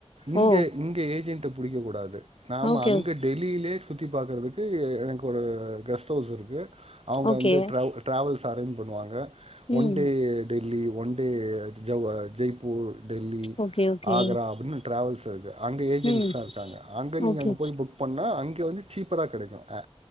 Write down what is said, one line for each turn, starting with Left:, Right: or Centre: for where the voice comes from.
Right: இங்க
Left: ஓ
Right: இங்க ஏஜென்ட பிடிக்க கூடாது நாம
Left: ஓகே
Right: அங்க டெல்லியிலே சுத்தி பாக்கறதுக்கு எனக்கு ஒரு கெஸ்ட் ஹவுஸ் இருக்கு அவுங்க
Left: ஓகே
Right: வந்து ட்ராவல் டிராவல்ஸ் அரேஞ்ச் பண்ணுவாங்க
Left: ம்
Right: ஒன் டே டெல்லி ஒன் டே ஜவ் அ Jaipur Delhi
Left: okay okay
Right: Agra அப்டின்னு ட்ராவல்ஸ் இருக்கு அங்க ஏஜென்ஸ்தா
Left: ம்
Right: இர்க்காங்க அங் நீங்க
Left: ஓகே
Right: அங்க போய் புக் பண்ணா அங்க வந்து சீப்பரா கிடைக்கு அ